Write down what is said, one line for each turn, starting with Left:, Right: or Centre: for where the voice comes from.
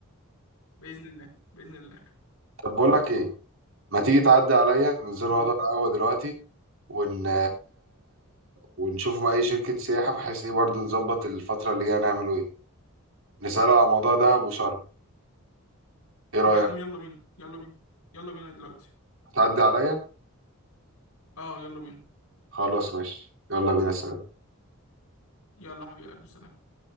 Left: بإذن الله بإذن الله
Right: طب بقول لك ايه ما تيجي تعدي عليا ننزل نقعد
Left: قول
Right: على القهوه دلوقتي ون ونشوف مع اي شركه سياحه بحيث ايه برضو نظبط الفتره اللي جايه نعمله ايه نساله على موضوع دهب وشرم ايه رايك
Left: يا عم يلا بينا يلا بينا يلا بينا دلوقتي
Right: تعدي عليا
Left: اه يلا بينا
Right: خلاص ماشي يلا بينا سلام
Left: يلا حبيبي قلبي سلام